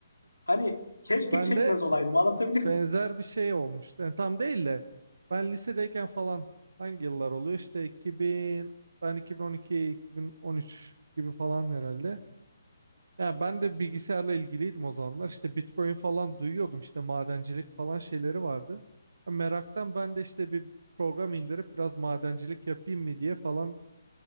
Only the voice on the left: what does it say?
Hani keşke
çekmez
olaydım anlatabiliyor muyum?